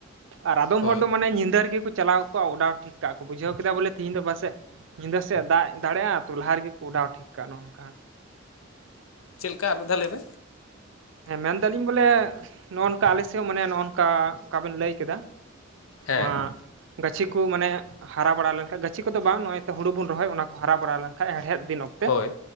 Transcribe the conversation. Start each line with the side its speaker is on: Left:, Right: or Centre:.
Right: ᱟᱨ ᱟᱫᱚᱢ
Left: ᱦᱳᱭ
Right: ᱦᱚᱲ ᱫᱚ ᱢᱟᱱᱮ ᱧᱤᱫᱟᱹ ᱨᱮ ᱜᱮᱠᱚ ᱪᱟᱞᱟᱣ ᱚᱰᱟᱣ ᱴᱷᱤᱠ ᱠᱟᱜ ᱠᱚ ᱵᱩᱡᱷᱟᱹᱣ ᱠᱮᱫᱟ ᱵᱚᱞᱮ ᱛᱮᱦᱤᱧ ᱫᱚ ᱯᱟᱥᱮᱡ ᱧᱤᱫᱟᱹ ᱥᱮᱫ ᱫᱟᱜ ᱫᱟᱲᱮᱭᱟᱜ-ᱟ ᱴᱚᱞᱟ ᱨᱮ ᱜᱮ ᱠᱚ ᱚᱰᱟᱣ ᱴᱷᱤᱠ ᱠᱟᱜ ᱱᱚᱜ-ᱱᱚᱝᱠᱟ
Left: ᱪᱮᱫ ᱞᱮᱠᱟ ᱟᱨ ᱢᱤᱫ ᱫᱷᱟᱣ ᱞᱟᱹᱭ ᱵᱮᱱ
Right: ᱦᱮᱸ ᱢᱮᱱᱫᱟᱞᱤᱧ ᱵᱚᱞᱮ ᱱᱚᱜ-ᱚ ᱱᱚᱝᱠᱟ ᱟᱞᱮ ᱥᱮᱫ ᱦᱚᱸ ᱢᱟᱱᱮ ᱱᱚᱜ-ᱚ ᱱᱚᱝᱠᱟ ᱚᱠᱟ ᱵᱮᱱ ᱞᱟᱹᱭ ᱠᱮᱫᱟ
Left: ᱦᱮᱸ
Right: ᱱᱚᱣᱟ ᱜᱟᱹᱪᱷᱤᱩ ᱠᱚ ᱢᱟᱱᱮ ᱦᱟᱨᱟ ᱵᱟᱲᱟ ᱞᱮᱱᱠᱟᱱ ᱜᱟᱹᱪᱷᱤ ᱠᱚᱫᱚ ᱵᱟᱝ ᱱᱚᱜ ᱚᱚᱭ ᱛᱚ ᱦᱩᱲᱩ ᱵᱚᱱ ᱨᱚᱦᱚᱭ ᱚᱱᱟ ᱠᱚ ᱦᱟᱨᱟ ᱵᱟᱲᱟ ᱞᱮᱱ ᱠᱷᱟᱡ ᱦᱮᱲᱦᱮᱫ ᱫᱤᱱ ᱚᱠᱛᱮ
Left: ᱦᱳᱭ